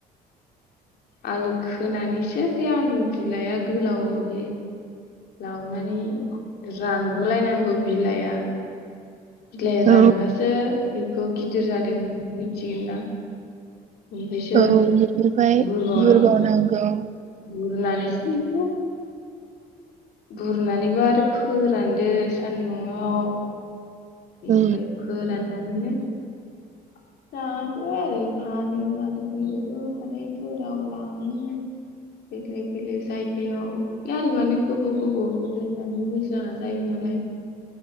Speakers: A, on the left; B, on the right.
A: आलु खोनानैसो बे आलु बिलाया गोलावदि लावनानै रानगुलायनांगौ बिलाइआ। बिलाय रानबासो
B: औ
A: बेखौ गिदिर जादों होननानै मिथिगोन ना। ओमफ्रायसो
B: औ बिनिफ्राय
A: बुरबावनांगौ
B: बुरबाव नांगौ।
A: बुरनानैसो बुरनानैबो आरो फोरानदो सानदुंआव। बेनिफ्राय
B: औ
A: फोरानना <unintelligible> जाजोबबाय आरो फानो आलुफोरखौबो हाथायफोराव लाङो बेलेग बेलेग जायगायाव बे आलुआनो गोबाव गोबाव दोननानै बुरजा जायो नालाय